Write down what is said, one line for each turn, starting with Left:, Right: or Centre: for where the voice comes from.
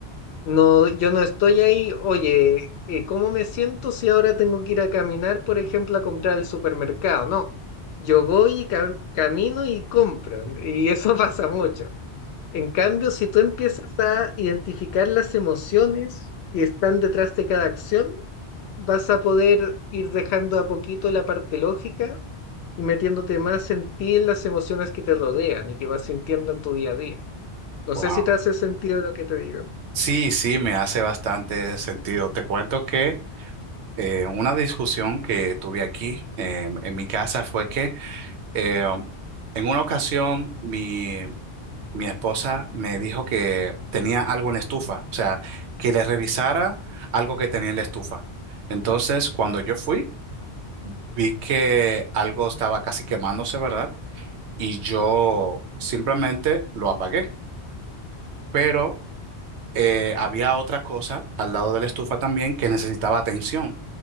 Left: No, yo no estoy ahí, oye, eh, ¿cómo me siento si ahora tengo que ir a caminar, por ejemplo, a comprar al supermercado? No, yo voy y cam- camino y compro, y eso <laughs> pasa mucho. En cambio, si tú empiezas a identificar las emociones que están detrás de cada acción, vas a poder ir dejando a poquito la parte lógica y metiéndote más en ti en las emociones que te rodean y que vas sintiendo en tu día a día. No
Right: Wow.
Left: sé si te hace sentido lo que te digo.
Right: Sí, sí, me hace bastante sentido. Te cuento que eh, una discusión que tuve aquí eh, en mi casa fue que eh, um, en una ocasión mi, mi esposa me dijo que tenía algo en la estufa, o sea, que le revisara algo que tenía en la estufa. Entonces, cuando yo fui, vi que algo estaba casi quemándose, ¿verdad? Y yo simplemente lo apagué. Pero eh, había otra cosa al lado de la estufa también que necesitaba atención.